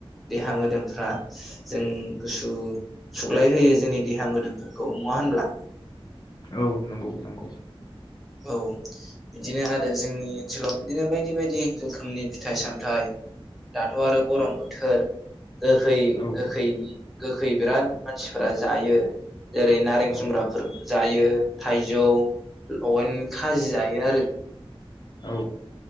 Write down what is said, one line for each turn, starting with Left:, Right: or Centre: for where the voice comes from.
Centre: देहा मोदोमफ्रा जों गुसु सुग्लाय होयो जोंनि देहा मोदोमफोरखौ नङा होनब्ला
Left: औ नोंगौ नोंगौ
Centre: औ बिदिनो आरो जोंनि ओनसोलाव बिदिनो बायदि बायदि रोखोमनि फिथाइ सामथाइ दाथ' आरो गरम बोथोर गोखै
Left: औ
Centre: गोखै गोखै बिराद मानसिफोरा जायो जेरै- नारें
Left: औ
Centre: जुम्ब्राफोर जायो थाइजौ लगायनो खाजि जायो आरो
Left: औ